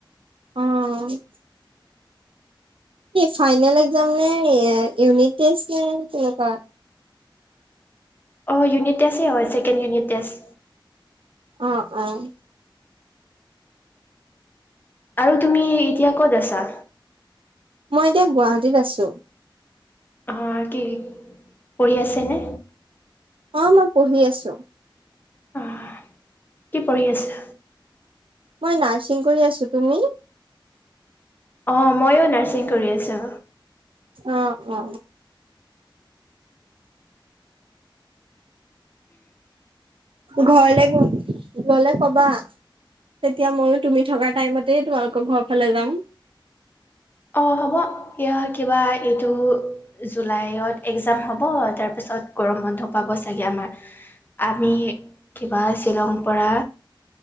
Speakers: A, on the right; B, on the left.
A: অ'। ফাইনেল একজাম নে ইউনিট টেষ্ট নে কেনেকুৱা?
B: অ', ইউনিট টেষ্টেই হয় ছেকেণ্ড ইউনিট টেষ্ট।
A: অ', অ'।
B: আৰু তুমি এতিয়া ক'ত আছা?
A: মই এতিয়া গুৱাহাটীত আছো।
B: অ কি পঢ়ি আছেনে
A: অ মই পঢ়ি আছো
B: অ কি পঢ়ি আছা
A: মই নাৰ্ছিং কৰি আছো তুমি
B: অ ময়ো নাৰ্ছিং কৰি আছো
A: অ অ ঘৰলে ঘৰলে কবা তেতিয়া ময়ো তুমি থকা টাইমতে তোমালোকৰ ঘৰ ফালে যাম
B: অ', হ'ব এ কিবা এইটো জুলাইত একজাম হ'ব তাৰ পিছত চত গৰম বন্ধ পাব চাগে আমাৰ। আমি কিবা শ্বিলংৰ পৰা